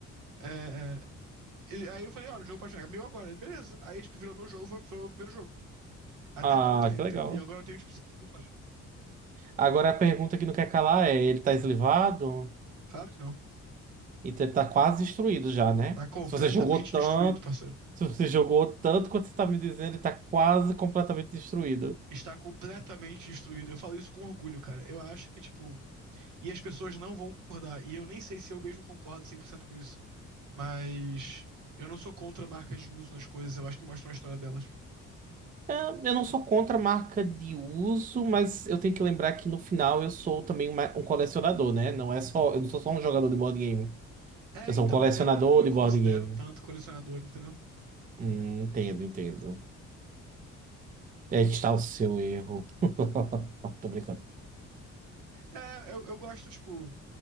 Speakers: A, on the right; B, on the right.
A: é, é, e aí eu falei, olha, o jogo pode chegar meu agora. Ele, beleza. Aí, tipo, virou meu jogo, foi, foi o meu primeiro jogo. Até
B: Ah,
A: agora eu tenho,
B: que legal.
A: entendeu? E agora eu tenho, tipo, sete pessoas.
B: Agora a pergunta que não quer calar é: ele tá eslivado?
A: Claro que não.
B: Então ele tá quase destruído já, né?
A: Tá completamente
B: Se você jogou tanto,
A: destruído, parceiro.
B: se você jogou tanto quanto você tá me dizendo, ele tá quase completamente destruído.
A: Está completamente destruído. Eu falo isso com orgulho, cara. Eu acho que, tipo, E as pessoas não vão concordar. E eu nem sei se eu mesmo concordo 100% com isso. Mas eu não sou contra marcas de uso nas coisas, eu acho que mostram a história delas.
B: É, eu não sou contra a marca de uso, mas eu tenho que lembrar que no final eu sou também uma- um colecionador, né? Não é só, eu não sou só um jogador de board game.
A: É,
B: Eu sou
A: então,
B: um colecionador
A: eu não, não me
B: de
A: considero
B: board game.
A: tanto colecionador, entendeu?
B: Hum, entendo, entendo. É, está o seu erro. <laughs> Tô brincando.
A: É, eu, eu gosto, tipo.